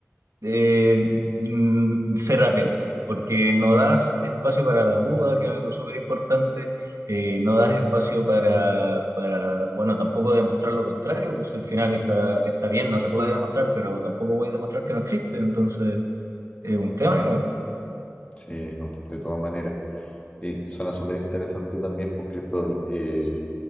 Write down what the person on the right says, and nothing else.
eh, mm, ser ateo, porque no das espacio para la duda, que es algo súper importante, eh, no das espacio para, para, bueno, tampoco demostrar lo contrario, pues al final está, está bien, no se puede demostrar, pero tampoco voy a demostrar que no existe, entonces es un tema igual.